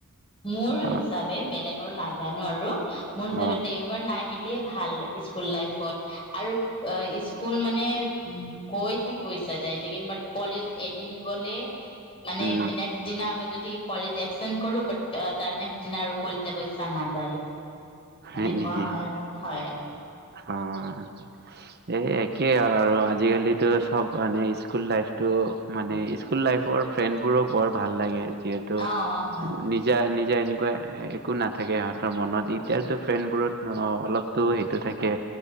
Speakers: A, on the left; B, on the right.
A: মোৰ
B: অ
A: হিচাবে বেলেগ গৰ নাজানো আৰু মোৰ হিচাপে
B: অ
A: দেওবাৰ নাই। আহিলে ভাল, স্কুল লাইফত। আৰু স্কুল মানে গৈ থাকিব ইচ্ছা যায়। লেকিন বাত কলেজ এদিন গ'লে, মানে
B: উম
A: নেক্সট দিনা আকৌ যদি কলেজে এপচেন্ত কৰোঁ, বাত তাৰ নেক্সট দিনা আৰু কলেজ যাব ইচ্ছা নাযায়।
B: হয়
A: এনেকুৱা
B: নেকি?
A: হয় আৰু হয়
B: অ'। এ একেই আৰু আজিকালিতো চব মানে স্কুল লাইফটো মানে- স্কুল-লাইফৰ ফ্ৰেণ্ডবোৰো বৰ ভাল লাগে। যিহেতু
A: অ হয়
B: নিজা- নি তিয়া এনেকুৱা একো নাথাকে সিহঁতৰ মনত এতিয়াতো ফ্ৰেণ্ডবোৰত অ'- অলপতো সেইটো থাকে।